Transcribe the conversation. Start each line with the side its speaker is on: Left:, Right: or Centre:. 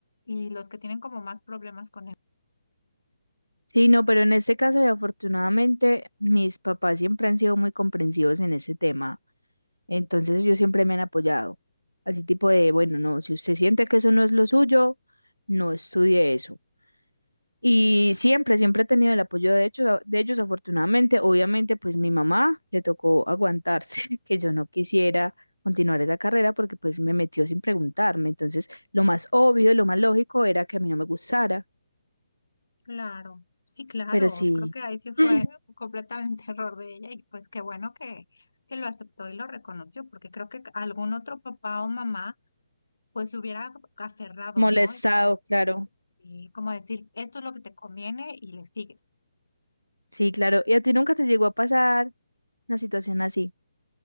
Left: y los que tienen como más problemas con él.
Right: sí, no, pero en este caso, y afortunadamente, mis papás siempre han sido muy comprensivos en ese tema, entonces ellos siempre me han apoyado. Así tipo de, bueno, no, si usted siente que eso no es lo suyo, no estudie eso. Y siempre, siempre he tenido el apoyo de hecho, de ellos, afortunadamente. Obviamente, pues mi mamá le tocó aguantarse <laughs> que yo no quisiera continuar esa carrera porque pues me metió sin preguntarme. Entonces, lo más obvio, lo más lógico era que a mí no me gustara,
Left: Claro, sí, claro.
Right: pero sí,
Left: Creo que ahí sí fue
Right: <clears throat>
Left: completamente <laughs> error de ella y pues qué bueno que, que lo aceptó y lo reconoció, porque creo que algún otro papá o mamá pues se hubiera aferrado,
Right: molestado,
Left: ¿no? Y como de,
Right: claro.
Left: y como decir, esto es lo que te conviene y le sigues.
Right: Sí, claro. ¿Y a ti nunca te llegó a pasar una situación así?